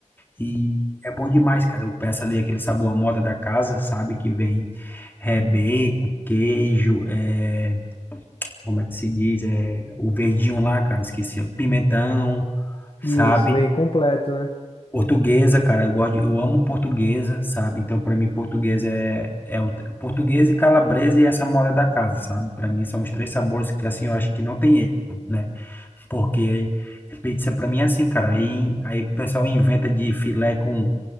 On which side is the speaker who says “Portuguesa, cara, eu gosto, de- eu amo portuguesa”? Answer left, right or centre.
Left